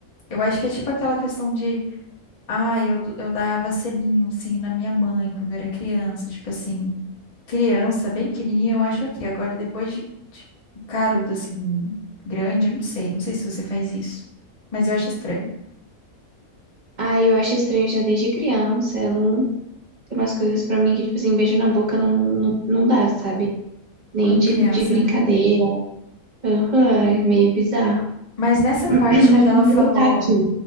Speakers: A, on the left; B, on the right.
A: Eu acho que é tipo aquela questão de, ah, eu, d- eu dava selinho, assim, na minha mãe quando eu era criança. Tipo assim, criança, bem pequenininha, eu acho ok. Agora, depois de, de carudo, assim, grande, eu não sei. Não sei se você faz isso. Mas eu acho estranho.
B: Ah, eu acho estranho já desde criança. Eu não. Tem umas coisas pra mim que, tipo assim, beijo na boca não, não, não dá, sabe? Nem
A: Com
B: de,
A: criança,
B: de brincadeira.
A: né?
B: Aham, é meio bizarro.
A: Mas nessa
B: <clears throat>
A: parte
B: Mas
A: que
B: vamos
A: ela falou,
B: voltar aqui.